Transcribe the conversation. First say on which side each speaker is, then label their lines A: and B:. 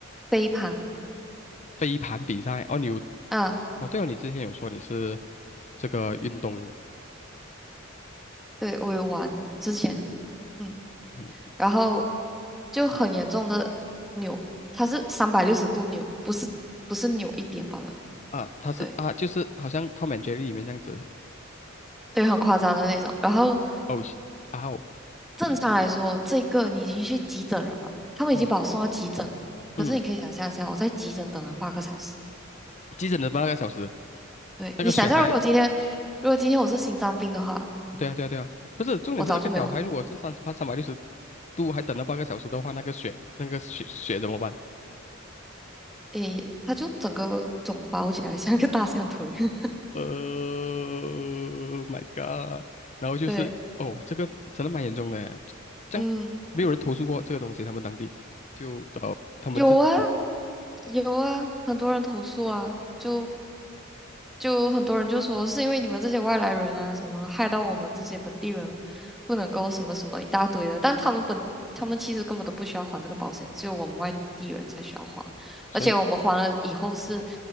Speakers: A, in the centre; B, on the left.
A: 飞盘
B: 飞盘比赛哦，你有
A: 啊，
B: 哦，对哦，你之前有说你是这个运动，
A: 对，我有玩之前，嗯，
B: 嗯
A: 然后就很严重的扭，
B: 嗯
A: 它是三百六十度扭，不是不是扭一边罢了，
B: 啊，他是啊，
A: 对
B: 就是好像《Tom and Jerry》里面这样子，
A: 对，很夸张的那种。然后
B: 哦是啊哦，
A: 正常来说，这个你已经去急诊了嘛，他们已经把我送到急诊了，
B: 嗯
A: 可是你可以想象一下，
B: 嗯，
A: 我在急诊等了八个小时。
B: 急诊的八个小时，
A: 对，
B: 那个血还，
A: 你想象，如果今天，如果今天我是心脏病的话，
B: 对啊对啊对啊，不是，重点是那个脚踝如果是三十八三百六十
A: 我早就没有了。
B: 度还等了八个小时的话，那个血那个血血怎么办？
A: 诶，他就整个肿包起来，<laughs> 像一个大象腿。<laughs>
B: 呃，My God，然后就是哦，
A: 对，
B: 这个真的蛮严重的这样没有人投诉过这个东西，
A: 嗯，
B: 他们当地就呃他们自己的，
A: 有啊，有啊，很多人投诉啊，就就很多人就说是因为你们这些外来人啊，什么害到我们这些本地人不能够什么什么一大堆的，但他们本他们其实根本都不需要还这个保险，只有我们外地人才需要还，
B: 所以。
A: 而且我们还了以后是，